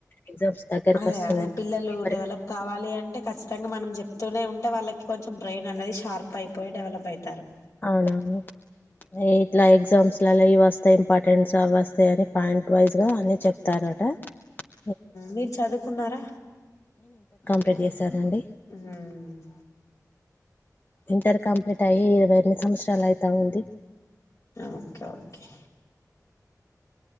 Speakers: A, on the left; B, on the left.
A: ఎగ్జామ్స్ దగ్గరకి
B: అదే
A: వస్తున్నాయి
B: అదే పిల్లలు
A: మరి
B: డెవలప్ కావాలి అంటే ఖచ్చితం చ్చితంగా మనం చెప్తూనే ఉంటే వాళ్ళకి కొంచెం బ్రెయిన్ అనేది షార్ప్ అయిపోయి డెవలప్ అయితారు.
A: అవునవును. ఇట్లా ఎగ్జామ్స్ లలో ఇవి వస్తాయి ఇంపార్టెన్ట్స్ అవొస్తాయి అని పాయింట్ వైజ్ గా అన్ని చెప్తారు. మాట
B: మీర్ చదువుకున్నారా?
A: కట్చేస్సానండి.
B: ఉమ్
A: ఇంటర్ కంప్లీట్ అయ్యి ఇరవై ఎనిమిది సంవత్సరాలు అయితా ఉంది.
B: ఓకే ఓకే